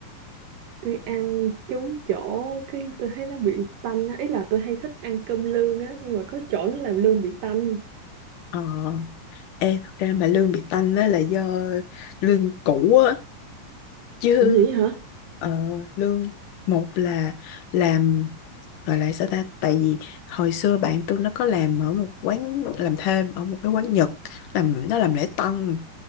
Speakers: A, on the right; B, on the left.
A: tôi ăn trúng chỗ cái tôi thấy nó bị tanh á ý là tôi hay thích ăn cơm lương á nhưng mà có chỗ nó làm lương bị tanh
B: ờ ê thật ra mà lương bị tanh đó là do lương cũ á chứ
A: Ủa vậy hả
B: Ờ, lương một là làm gọi là sao ta tại vì hồi xưa bạn tôi nó có làm ở một quán làm thêm ở một cái quán Nhật làm nó làm lễ tân